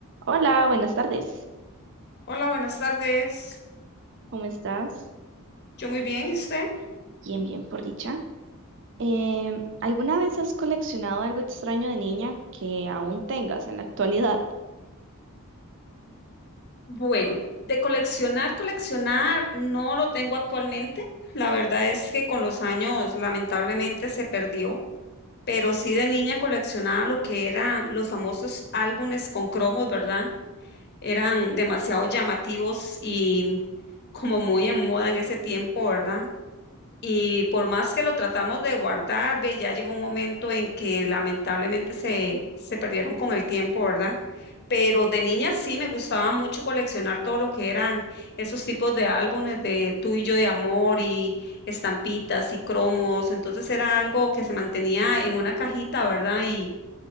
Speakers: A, on the right; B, on the left.
A: Hola, buenas tardes.
B: Hola, buenas tardes.
A: ¿Cómo estás?
B: Yo muy bien, ¿y usted?
A: Bien, bien, por dicha. Em, ¿alguna vez has coleccionado algo extraño de niña que aún tengas en la actualidad?
B: Bueno, de coleccionar, coleccionar no lo tengo actualmente. La verdad es que con los años lamentablemente se perdió, pero sí de niña coleccionaba lo que eran los famosos álbumes con cromos, ¿verdad? Eran demasiado llamativos y como muy en moda en ese tiempo, ¿verdad? Y por más que lo tratamos de guardar, ve, ya llegó un momento en que lamentablemente se, se perdieron con el tiempo, ¿verdad? Pero de niña sí me gustaba mucho coleccionar todo lo que eran esos tipos de álbumes de Tú y yo de amor y estampitas y cromos. Entonces era algo que se mantenía en una cajita, ¿verdad? Y,